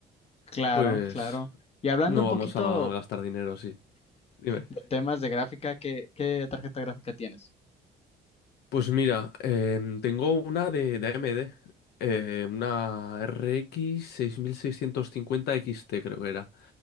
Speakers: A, on the left; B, on the left.
A: Claro,
B: pues
A: claro. Y hablando
B: no
A: un
B: vamos
A: poquito
B: a ma- malgastar dinero, sí. Dime.
A: de temas de gráfica, ¿qué, qué tarjeta gráfica tienes?
B: Pues mira, em, tengo una de, de AMD, eh, una RX x XT creo que era.